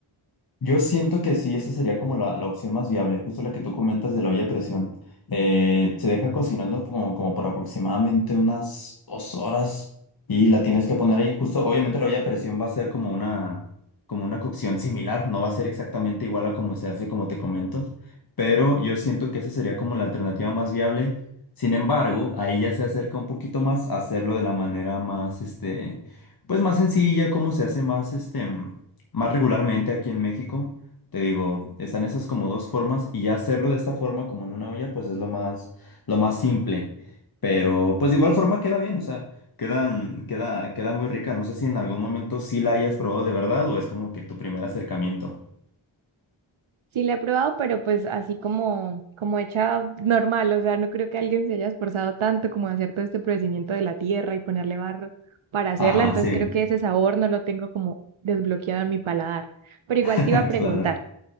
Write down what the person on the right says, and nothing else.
Sí, la he probado, pero pues así como, como hecha normal, o sea, no creo que alguien se haya esforzado tanto como a hacer todo este procedimiento de la tierra y ponerle barro para hacerla,
entonces
creo que ese sabor no lo tengo como desbloqueado en mi paladar. Pero igual
te iba a preguntar